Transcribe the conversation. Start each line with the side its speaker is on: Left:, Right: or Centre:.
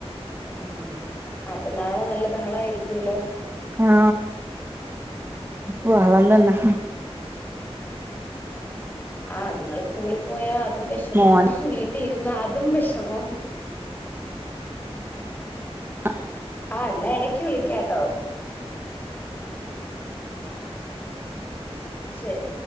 Left: ആ ആ ആ അപ്പ നാളെ നല്ല ബഹളം ആയിരിക്കുവല്ലോ
Right: ആ ഓ അയുകൊണ്ട് യെന്നെ
Left: ആ അതുങ്ങൾ സ്കൂളിൽ പോയാൽ അതും വെഷമം
Right: മോൻ
Left: വീ ട്ടി ഇരുന്നാ അതും വെഷമം
Right: അ
Left: ആ എന്നാ എടക്ക് വിളിക്കാട്ടോ ശരി